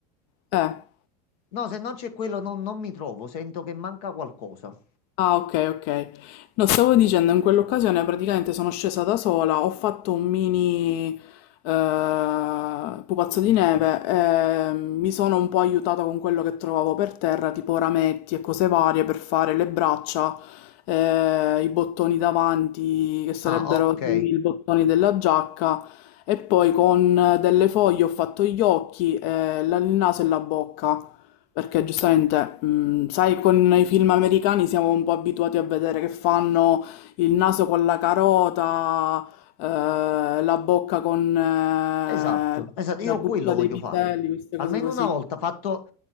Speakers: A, on the left; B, on the left.
A: Eh.
B: no, se non c'è quello non, non mi trovo, sento che manca qualcosa.
A: Ah, ok, ok. No, stavo dicendo, in quell'occasione praticamente sono scesa da sola, ho fatto un mini eh, pupazzo di neve, e mi sono un po' aiutata con quello che trovavo per terra, tipo rametti e cose varie per fare le braccia, eh, i bottoni davanti, che sarebbero
B: Ah, ok.
A: simili ai bottoni della giacca, e poi con delle foglie ho fatto gli occhi, eh, la- il naso e la bocca. Perché giustamente, mh, sai, con i film americani siamo un po' abituati a vedere che fanno il naso con la carota, eh, la bocca con eh,
B: Esatto, esatto,
A: la
B: io
A: buccia
B: quello voglio
A: dei piselli,
B: fare.
A: queste
B: Almeno
A: cose così.
B: una volta fatto